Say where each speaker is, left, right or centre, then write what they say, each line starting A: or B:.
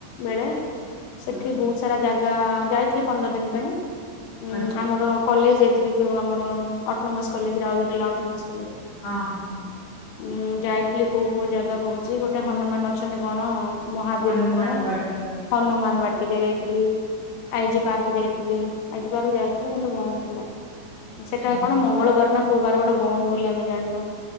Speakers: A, on the left; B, on the left.
A: ବେଳେ ସେଠି
B: ହଁ
A: ବହୁତ ସାରା ଜାଗା ଯାଇଥିଲି। ପନ୍ଦର ଦିନ ପାଇଁ ଉଁ
B: ଆଚ୍ଛା
A: ଆମର କଲେଜ ଯାଇଥିଲି। ଯୋଉ ଆମର ଅଟୋନୋମସ କଲେଜ ରାଉଲଲା ଅଟୋନମସ କଲେଜ।
B: ହଁ ହଁ
A: ଉଁ ଯାଇଥିଲି କୋଉ କୋଉ ଜାଗ କହୁଛି ଗୋଟେ ହନୁମାନ ଅଛନ୍ତି କ'ଣ? ମହାବୀର
B: ହନୁମାନ
A: କ'ଣ
B: ବାଟିକା।
A: ହନୁମାନ ବାଟ। ଯାଇଥିଲି ଆଇଜି ପାର୍କ ଯାଇଥିଲି ଆଇଜି ପାର୍କ ଯାଇଥିଲି କିନ୍ତୁ ବନ୍ଦ ଥିଲା। ସେଟା
B: ହୁଁ
A: କ'ଣ ମଙ୍ଗଳବାର ନା କୋଉ ବାର ଗୋଟେ ବନ୍ଦ ବୋଲି ଆମେ ଜାଣିନୁ।